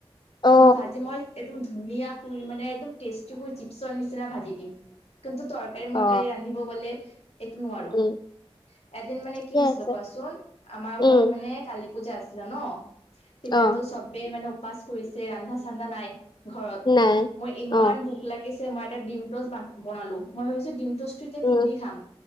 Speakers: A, on the left; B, on the left.
A: অ
B: মোক মই ভাজি মই <inaudible> একদম ধুনীয়া কৰি মানে একদম টেষ্টি কৰি চিপছৰ নিচিনা ভাজি দিম। <inaudible> কিন্তু তৰকাৰী-মৰকাৰী
A: অ
B: ৰান্ধিব গ'লে <inaudible> এইটো নোৱাৰো।
A: উম
B: এদিন মানে
A: ঠিকে
B: কি হৈছিল
A: আছে
B: কোৱা চোন? আমাৰ ঘৰত
A: উম
B: মানে কালি <unintelligible> পূজা আছিলে ন। তেতিয়াতো
A: অ
B: চবেই মানে উপবাস কৰিছে ৰন্ধা-চান্ধা নাই ঘৰত। <inaudible>
A: নাই। <inaudible>
B: মোৰ ইমান
A: অ
B: ভোক লাগিছে, মই এটা ডিমটচ বনালো। মই ভাবিছো ডিমটচ <unintelligible> <inaudible> এতিয়া
A: উম
B: কি দি খাম।